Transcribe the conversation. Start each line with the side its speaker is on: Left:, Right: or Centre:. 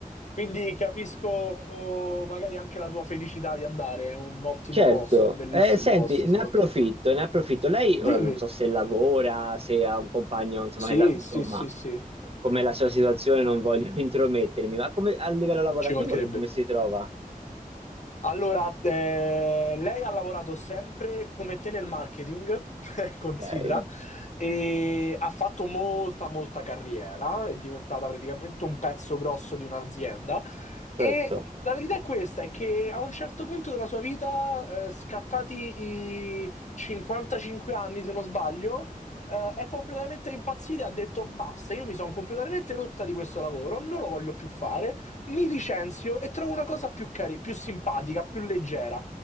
Left: quindi capisco magari anche la tua felicità di andare, è un ottimo
Right: Certo,
Left: posto, un bellissimo
Right: Eh, senti,
Left: posto
Right: ne
Left: soprattutto.
Right: approfitto, ne approfitto. Lei ora
Left: Dimmi,
Right: non so se lavora, se ha un compagno, insomma,
Left: sì,
Right: che la- insomma,
Left: sì, sì, sì,
Right: com'è la sua situazione, non voglio <laughs> intromettermi, ma come, a livello lavorativo
Left: ci mancherebbe.
Right: lei come si trova?
Left: Allora, eh, lei ha lavorato sempre come te nel marketing, <laughs>
Right: Ok,
Left: considera, e ha fatto molta, molta carriera, è diventata praticamente un pezzo grosso di un'azienda.
Right: certo.
Left: E la verità è questa, è che a un certo punto della sua vita, eh, scattati i 55 anni, se non sbaglio, eh, è completamente impazzita e ha detto basta, io mi sono completamente rotta di questo lavoro, non lo voglio più fare mi licenzio e trovo una cosa più carina, più simpatica, più leggera.